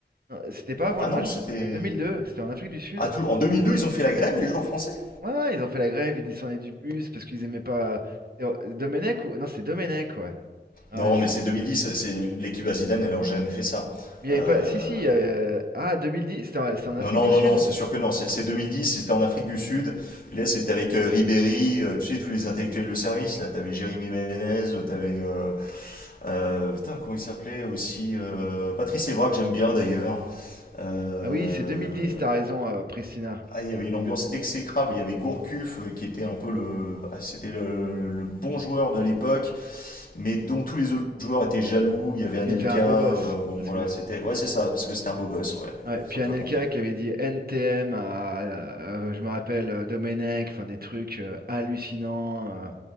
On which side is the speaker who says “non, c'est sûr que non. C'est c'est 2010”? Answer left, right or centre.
Left